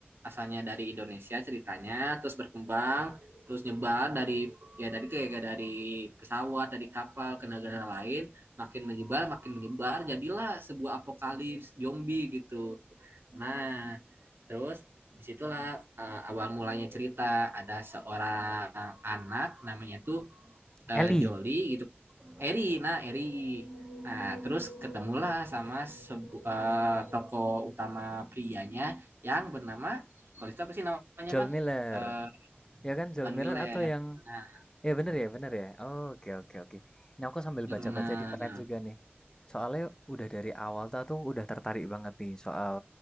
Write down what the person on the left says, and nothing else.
Ellie,
Joel
Miller,
ya kan? Joel
Miller
atau yang
Ya bener ya, bener ya. Oke, oke, oke. Ini aku sambil
baca-baca di internet juga nih. Soalnya udah dari awal tuh aku udah tertarik banget nih soal